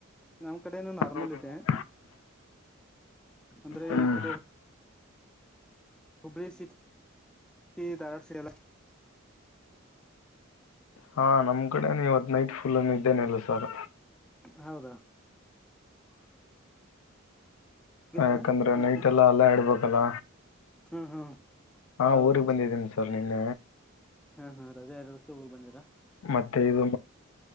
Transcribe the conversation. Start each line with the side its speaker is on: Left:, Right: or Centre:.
Centre: ನಮ್ ಕಡೆೆಯಿಂದ ನರ್ಮಲ್
Left: ಹ್ಮ್
Centre: ಇದೆ. ಅಂದ್ರೆ
Left: ಹ್ಮ್
Centre: ಈ ಕಡೆ ಹುಬ್ಳ ಸಿಟಿ ದಾರವಾಡ ಸ್ಯೆಡೇಲ
Left: ಹಾ ನಮ್ ಕಡೆನು ಇವತ್ ನೈಟ್ ಫುಲ್ನ್ನು ನೀದ್ದೇನೆಲ್ಲ ಸರ್
Centre: ಹೌದಾ ಹೋಗಿದ್ರಾ
Left: ಯಾಕಂದ್ರೆ
Centre: ಮತ್ತೆ
Left: ನೈಟ್ ಎಲ್ಲ ಅಲ್ಲಾ ಇಡ್ಬೇಕಲ್ಲ
Centre: ಹ್ಮ್ ಹ್ಮ್
Left: ಹಾ
Centre: ಹೌದು
Left: ಊರಿಗೆಗ್ ಬಂದಿದ್ದೀನಿ ಸರ್ ನಿನ್ನ
Centre: ಹಾ -ಹಾ ರಜಾ ಇರದಕ್ಕೆ ಹೋರಿಗ್ ಬಂದಿದಿರಾ.
Left: ಮತ್ತೆ ಇದು